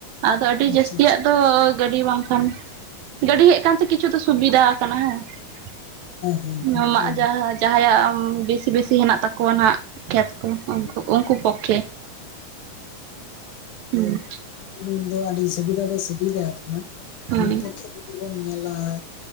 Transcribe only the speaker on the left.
ᱟᱪᱪᱷᱟ
ᱟᱪᱪᱷᱟ
ᱦᱮᱸ ᱦᱮᱸ
ᱦᱮᱸ
ᱮᱠᱫᱚᱢ
<unintelligible>
<inaudible> ᱫᱚ ᱟᱹᱰᱤ ᱥᱩᱵᱤᱫᱟ ᱫᱚ ᱥᱩᱵᱤᱫᱟ ᱟᱠᱟᱱᱟ,
ᱟᱨ ᱢᱤᱫ ᱯᱚᱠᱠᱷᱮ ᱡᱩᱫᱤ ᱵᱚᱱ ᱧᱮᱞᱟ ᱾